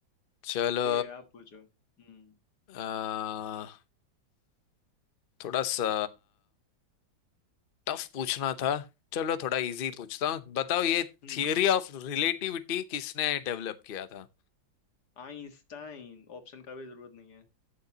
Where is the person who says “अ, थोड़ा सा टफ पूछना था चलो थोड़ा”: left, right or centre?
Left